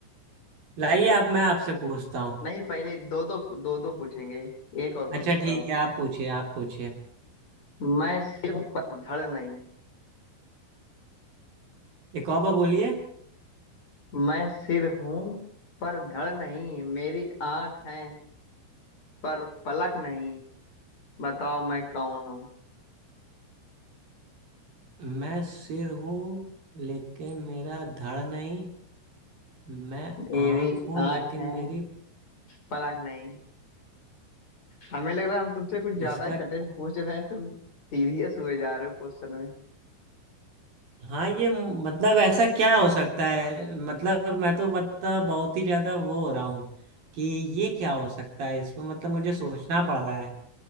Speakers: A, on the right; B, on the left.
A: लाइए अब मैं आपसे पूछता हूँ
B: नहीं पहले दो दो दो दो पूछेंगे एक और
A: अच्छा
B: पूछता
A: ठीक
B: हूँ
A: है आप पूछिए आप पूछिए
B: मैं सिर हूँ पर धड़ नहीं
A: एक और बार बोलिए
B: मैं सिर हूँ पर धड़ नहीं मेरी आंख है पर पलक नहीं बताओ मैं कौन हूँ
A: मैं सिर हूँ लेकिन मेरा धड़ नहीं मैं
B: मेरी
A: आँख हूँ
B: आंख
A: लेकिन
B: है
A: मेरी
B: पलक नहीं हमें लग रहा है हम तुमसे कुछ ज्यादा
A: इसका
B: ही कठिन
A: क्या
B: पूछ रहे हैं तुम सीरियस हुए जा रहे हो क्वेश्चन में
A: हाँ ये मतलब ऐसा क्या हो सकता है मतलब मैं तो मतलब बहुत ही ज्यादा वो हो रहा हूँ कि ये क्या हो सकता है इसमें मतलब मुझे सोचना पड़ रहा है